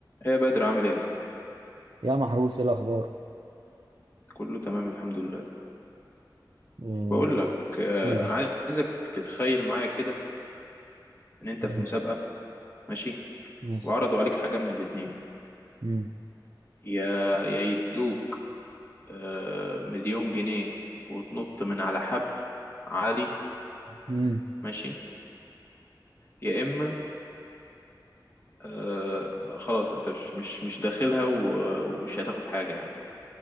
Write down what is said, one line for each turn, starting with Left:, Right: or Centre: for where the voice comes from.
Left: ايه يا بدر عامل ايه اصلا
Right: يا محروس ايه الاخبار
Left: كله تمام الحمد لله
Right: إيه،
Left: بقول لك آه،
Right: قول لي
Left: انا عايزك تتخيل معايا كده ان انت
Right: مم،
Left: في مسابقة ماشي
Right: ماشي
Left: وعرضوا عليك حاجة من الاتنين
Right: مم،
Left: يا يا يدوك آه، مليون جنيه وتنط من على حبل عالي
Right: مم.
Left: ماشي يا اما آه، خلاص انت مش مش مش داخلها و- ومش هتاخد حاجة يعني